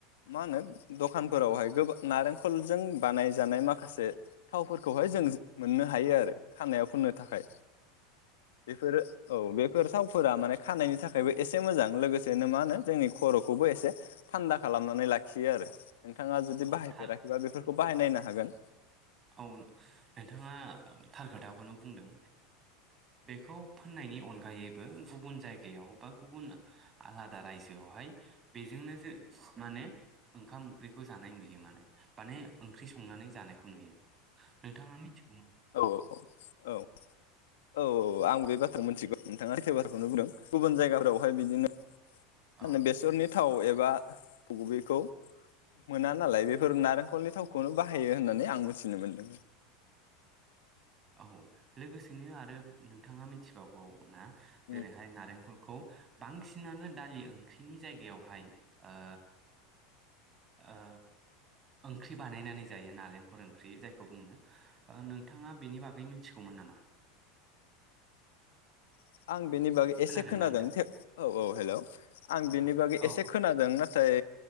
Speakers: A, on the left (about 85°); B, on the right (about 25°).
A: मा होनो दखानफोरावहाय गोबां नारेंखलजों बानायजानाय मा माखासे थावफोरखौहाय जों मोननो हायो आरो खानायाव फोननो थाखाय। बेफोरो औ बेफोर थाव माने खानायनि थाखायबो एसे मोजां लोगोसेनो मा होनो जोंनि खर'खौबो एसे थान्दा खालामनानै लाखियो आरो। नोंथाङा जुदि
B: औ
A: बाहायफेराखैबा
B: थार
A: बेफोरफोर खौ बाहायनायनो हागोन
B: औ नोंथाङा थार खोथाखौनो बुंदों। बेखौ फोननायनि अनगायैबो गुबुन जायगायाव बा गुबुन आलादा रायजोआवहाय बेजोंनो जों माने ओंखाम ओंख्रिखौ जानाय नुयो माने माने ओंख्रि संनानै जानायखौ नुयो। नोंथां आ मिथि
A: औ औ औ औ औ आं बे बाथ्रा मोनथिगौ नोंथाङा सैथो बाथ्राखौनो बुंदों गुबुन जायगाफोरावहाय बिदिनो माने
B: औ
A: बेसरनि थाव एबा बबेखौ मोना नालाय बेफोर नारेंखलनि थावखौनो बाहायो होननानै आं मिथिनो मोनदों
B: औ लोगोसेनो आरो नोंथाङा मिनथि गौ औ ना
A: उम
B: जेरैहाय नारेंखल खौ बांसिनानो दालि ओंख्रिनि जायगायावहाय ओ ओ ओंख्रि बानायनानै जायो नालेंखर ओंख्रि जायखौ बुङो ओ नोंथाङा बेनि बागै मिथिगौमोन नामा?
A: <inaudible> आं बेनि बागै
B: खोनादोंना
A: एसे खोनादों
B: नोंथां
A: औ औ हेल' आं
B: औ
A: बेनि बागै
B: औ
A: एसे खोनादों। नाथाय